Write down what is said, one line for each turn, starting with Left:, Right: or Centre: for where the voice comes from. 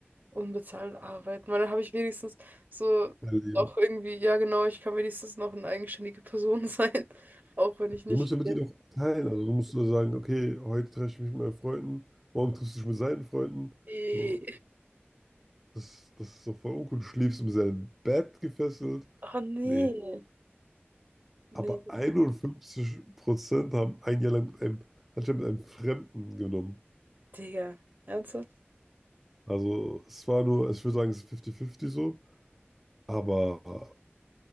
Right: Unbezahlt arbeiten, weil dann habe ich wenigstens so
Centre: Erleben.
Right: auch irgendwie, ja genau, ich kann wenigstens noch eine eigenständige Person sein, <laughs> auch wenn ich nicht
Centre: Du musst
Right: viel
Centre: ja mit
Right: Geld.
Centre: ihnen auch teilen. Also, du musst nur sagen, okay, heute treffe ich mich mit meinen Freunden, morgen triffst du dich mit seinen Freunden.
Right: Eh.
Centre: So, das, das ist doch voll uncool. Du schläfst in seinem Bett gefesselt.
Right: Oh nee,
Centre: Nee.
Right: nee,
Centre: Aber 51% haben ein Jahr lang mit einem, anscheinend mit einem Fremden genommen.
Right: Digga, ernsthaft?
Centre: Also es war nur, ich würde sagen, es ist 50-50 so. Aber